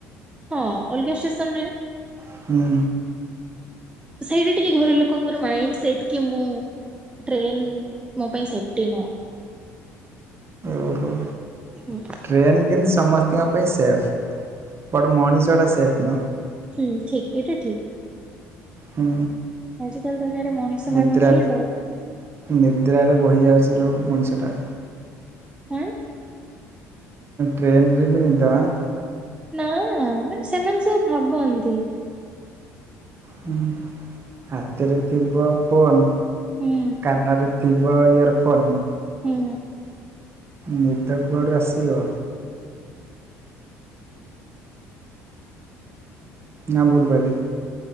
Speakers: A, on the right (about 15°); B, on the right (about 35°).
A: ହଁ ଅଲଗା ଷ୍ଟେସନରେ।
B: ହୁଁ।
A: ସେଇଟି ଟିକେ ଘର ଲୋକଙ୍କର ମାଇଣ୍ଡ ସେଟ୍ କି ମୁଁ ଟ୍ରେନ୍ ମୋ ପାଇଁ ସେପ୍ଟି ନୁଅଁ।
B: ଓହୋ।
A: ହୁଁ।
B: ଟ୍ରେନ୍ କିନ୍ତୁ ସମସ୍ତିଙ୍କ ପାଇଁ ସେଫ୍ ବଟ ମଣିଷଟା ସେଫ୍ ନୁହଁ।
A: ହୁଁ ଠିକ୍ ଏଇଟା ଠିକ୍।
B: ହୁଁ।
A: ଆଜିକାଲି ଦୁନିଆରେ ମଣିଷ
B: ନିଦ୍ରାରେ
A: ମାନଙ୍କୁ ହିଁ ଡର।
B: ନିଦ୍ରାରେ ବହିଯାଉଚି ଲୋ ମଣିଷଟା।
A: ଆଁ।
B: ଟ୍ରେନ୍ ରେ ବି ନିଦ ଆଁ?
A: ନାଁ ମାନେ ସେମାନେ ସେୟା ଭାବନ୍ତି।
B: ହୁଁ ହାତରେ ଥିବ ଫୋନ୍
A: ହୁଁ
B: କାନରେ ଥି ବ ଇୟରଫୋନ୍।
A: ହୁଁ।
B: ନିଦ କୁଆଡ଼ୁ ଆସିବ। ନା ଭୁଲ୍ କଇଲି?